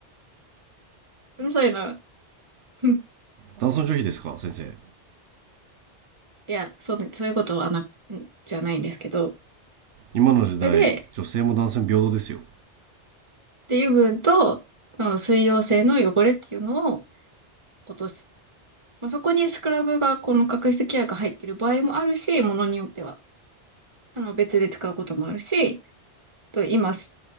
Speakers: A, on the right (about 25°); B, on the right (about 85°).
A: うるさいな。うん
B: 男尊女卑ですか先生。
A: <laughs> いや、そうね、そういうことはな、んじゃないんですけど。
B: 今の時代、
A: それで、
B: 女性も男性も平等ですよ。
A: で、油分と、その水溶性の汚れっていうのを落とす。まあ、そこにスクラブが、この角質ケアが入っている場合もあるし、ものによっては、あの、別で使うこともあるし、と今、